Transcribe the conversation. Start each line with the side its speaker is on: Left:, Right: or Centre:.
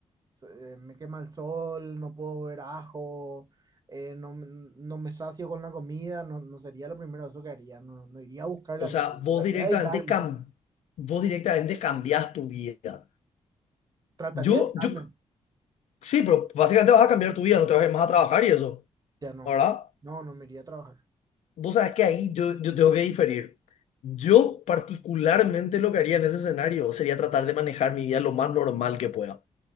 Right: Se- eh, me quema el sol, no puedo ver ajo, eh, no, m- no me sacio con la comida, no, no sería lo primero eso que haría, no, no iría a buscarla
Left: O
Right: a nadie,
Left: sea,
Right: trataría
Left: vos directamente,
Right: de aislarme,
Left: cam vos directamente cambiás tu vida.
Right: trataría
Left: Yo,
Right: de aislarme,
Left: yo, sí, pero básicamente vas a cambiar tu vida, no te vas a ir más a trabajar y eso,
Right: ya no,
Left: ¿verdad?
Right: no, no me iría a trabajar.
Left: Vos sabés que ahí yo, yo tengo que diferir. Yo particularmente lo que haría en ese escenario sería tratar de manejar mi vida lo más normal que pueda.